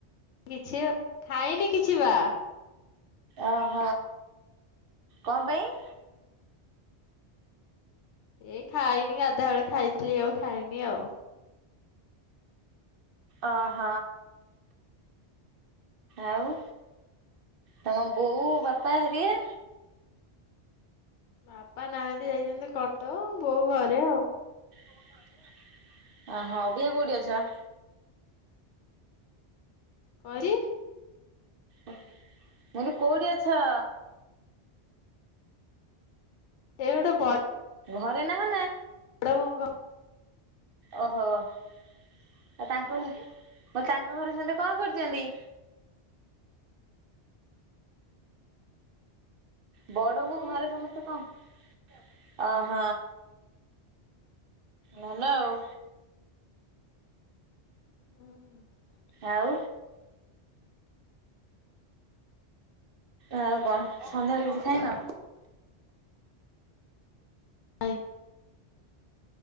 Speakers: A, on the left; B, on the right.
A: କିଛି ଖାଇନି କିଛି ବା।
B: ଅହ କଂ ପାଇଁ।
A: ଏଇ ଖାଇନି ଗାଧୁଆବେଳେ ଖାଇଥିଲି ଆଉ ଖାଇନି ଆଉ।
B: ଅହ। ଆଉ ତମ ବୋଉ ବାପା ହେରିକା।
A: ବାପା ନାହାନ୍ତି ଯାଇଛନ୍ତି କଟକ ବୋଉ ଘରେ ଆଉ।
B: <inaudible> ଅ ହ ଅବିକା କୋଉଠି ଅଛ?
A: କଣ ହେଇଚି?
B: ମୁଁ କହିଲି କୋଉଠି ଅଛ?
A: ଏଇ ଗୋଟେ ଵଡ୍
B: ଘରେ ନାହ ନା
A: ବଡ ବୋଉଙ୍କ
B: ଓହୋ ଆଉ ତାଙ୍କ ଘରେ ମୁଁ କହିଲି ତାଙ୍କ ଘରେ ସମିତେ କଣ କରୁଛନ୍ତି? ବଡବୋଉ
A: ଏ
B: ଘରେ ସମସ୍ତେ କଣ ଅହ। ଭଲ ଆଉ।
A: ହୁଁ।
B: ଆଉ। ଆଉ କଣ ସନ୍ଧ୍ୟାବେଳେ କିଛି ଖାଇନ?
A: ନାଇ।